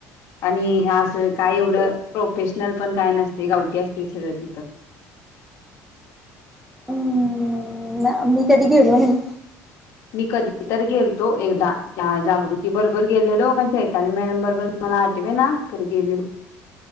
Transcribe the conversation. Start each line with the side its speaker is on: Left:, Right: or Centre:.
Left: आणि असं काय एवढं प्रोफेशनल पण काय नसते गावट असतील सगळं तिथं
Centre: हम्म मी कधी गेलो नाही
Left: मी कधी तर गेलतो एकदा त्या जागृती बरोबर गेलेलोच्याैतानी मॅन बरोबर मला आठवे ना ख गेले